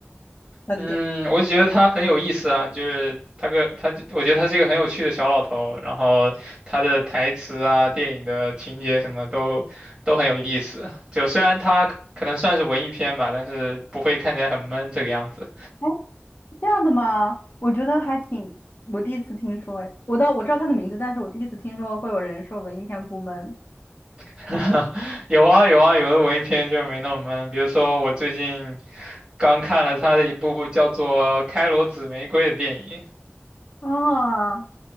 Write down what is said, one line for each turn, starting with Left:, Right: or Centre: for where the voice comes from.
Left: 他的电影？
Right: 嗯，我就觉得他很有意思啊，就是他个他，我觉得他是一个很有趣的小老头，然后他的台词啊、电影的情节什么都都很有意思。就虽然他可可能算是文艺片吧，但是不会看起来很闷这个样子。
Left: 哎，这样的吗？我觉得还挺，我第一次听说，哎，我倒我知道他的名字，但是我第一次听说会有人说文艺片部门
Right: <laughs> 有啊有啊，有的文艺片就没那么闷，比如说我最近刚看了他的一部叫做《开罗紫玫瑰》的电影，
Left: 哦，